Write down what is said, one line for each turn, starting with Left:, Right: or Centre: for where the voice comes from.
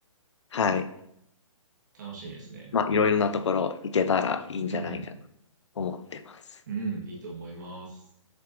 Left: はい。
Right: 楽しみですね。
Left: まあ、いろいろなところ行けたらいいんじゃないかと
Right: うん。
Left: 思ってます。
Right: うん、いいと思います。